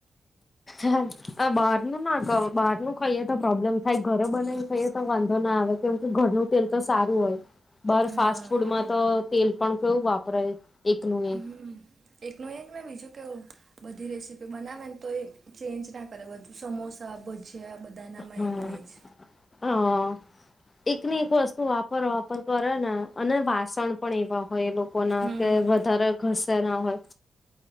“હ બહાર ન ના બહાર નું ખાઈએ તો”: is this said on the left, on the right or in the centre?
Left